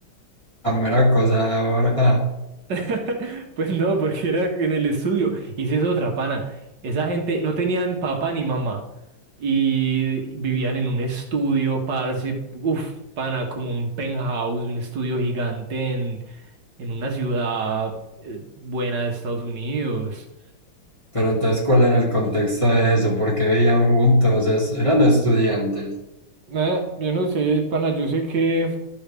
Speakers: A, on the left; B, on the right.
A: La mera cosa ahora.
B: <laughs> Pues no, porque era en el estudio. Y si es otra, pana, esa gente no tenían papá ni mamá. Y vivían en un estudio, parce, uff, pana, como un penthouse, un estudio gigante en, en una ciudad eh, buena de Estados Unidos.
A: Pero entonces, ¿cuál era el contexto de eso? ¿Por qué vivían juntos? Es- eran estudiantes.
B: Nada, yo no sé, pana, yo sé que